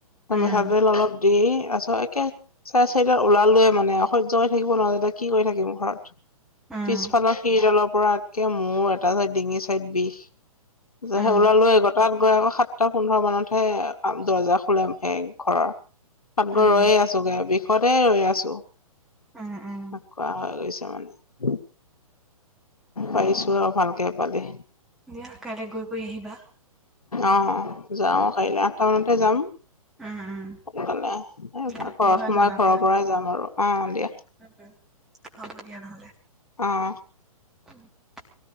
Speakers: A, in the centre; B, on the left.
A: উম
B: মিঠাতেল অলপ দি আছোঁ, একে চাৰে চাৰিতাত ওলালোৱে মানে, সহ্য কৰি থাকিব নোৱাৰো, তেতিয়া কি কৰি থাকিম ঘৰত।
A: উম
B: পিছফালৰ শিৰডালৰ পৰা একে মূৰৰ এটা চাইড ডিঙি চাইড বিষ। যেহে
A: উম
B: ওলালোৱে আক তাত গৈ আকৌ সাতটা পোন্ধৰ মানতহে কাম দৰ্জা খোলে। সেই ঘৰৰ, তাত গৈ
A: উম
B: ৰৈয়েই আছোগে, বিষতে ৰৈ আছো।
A: উম উম
B: কোৱা হৈ গৈছে মানে। পাৰিছো। আৰু ভালকে এপালি
A: দিয়া কাইলে গৈ কৰি আহিবা।
B: অ যাও কাইলৈ, আঠটা মানতে যাম।
A: উম উম
B: সোনকালে এই
A: দিয়া
B: ঘৰত
A: কি হয়
B: সোমাই
A: জনাবা
B: ঘৰৰ পৰাই যাম আৰু অ দিয়া।
A: উম, হ'ব দিয়া নহ'লে।
B: অ
A: উম।